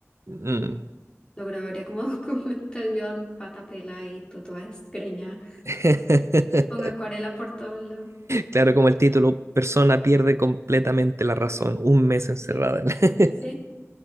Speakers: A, on the right; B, on the left.
A: mm.
B: Lo grabaría como <laughs> documental yo en pata pela y tú toda desgreñada,
A: <laughs>
B: con acuarela por todos lados.
A: Claro, como el título, persona pierde completamente la razón, un mes encerrada.
B: Sí.
A: <laughs>
B: Sí,